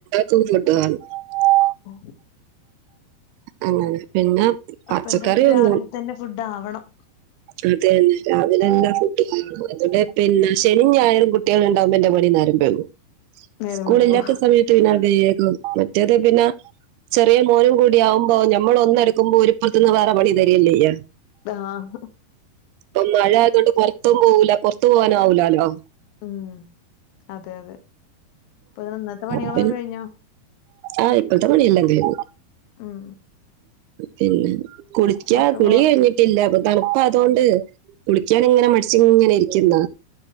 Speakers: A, on the right; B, on the left.
A: <unintelligible>
B: ഓ
A: അങ്ങനെ പിന്നെ പച്ചക്കറിയൊന്നും
B: അപ്പൊ എന്തായാലും രാവിലെ തന്നെ ഫുഡ് ആവണം
A: അതെ തന്നെ രാവിലെ എല്ലാ ഫുഡ് കാും അുകടെ ശനി ഞായറും കുട്ടികൾ ഉണ്ടാവുമ്പോന്റെ പണി നേരം വെയ്കും
B: നേരം
A: സ്കൂളില്ലാത്ത
B: വൈകുവോ
A: സമയത്ത് പിന്നാ വേഗം മറ്റേത് പിന്നെ ചെറിയ മോനും കൂടിയകുമ്പോ നമ്മള ഒന്നടുക്കുമ്പോ ഒരുപ്പുത്തു നിന്ന് വേറെ പണി തരിയല്ലെ ചെയ്യാ
B: ആഹ
A: അപ്പൊ മഴ ആയത് കൊൊണ്ട് പൊറത്തും പോവൂല പുറത്തു പോവാന് ആവൂലാലോ
B: ഉം അതെ അതെ ഇപ്പൊ ഇത് ഇന്നത്തെ പണികളൊക്കെ
A: അങ്ങനെ
B: കഴിഞ്ഞോ
A: ആഹ് ഇപ്പഴത്തെ പണി എല്ലാം തീർന്നു
B: ഉം
A: പിന്നെ കുളിക്കാ
B: മക്കള്
A: കുളി
B: പോവാ
A: കഴിഞ്ഞിട്ടില്ല അപ്പ തണുപ്പാ അതൊണ്ട് കുളിക്കാന് ഇങ്ങനെ മടിച്ച് ഇങ്ങനെ ഇരിക്ക്ന്ന